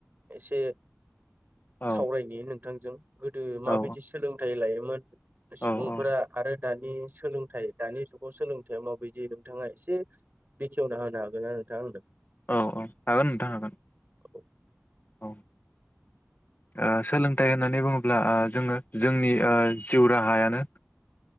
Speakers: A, on the right (about 40°); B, on the left (about 35°).
A: एसे
B: औ
A: सावरायनि नों थांजों गोदो माबायदि
B: औ
A: सोलोंथाइ लायो? मा होनदो? सुबुंफोरा
B: औ औ
A: आरो दानि सोलों दानि जुगाव सोलोंथाइया माबायदि नोंथाङा एसे बेखेवना होनो हागोनना नोंथां आंनो।
B: औ औ हागोन नोंथां हागोन।
A: औ
B: औ। ओ सोलोंथाइ होननानै बुङोब्ला ओ जोङो जोंनि ओ जिउ राहायानो।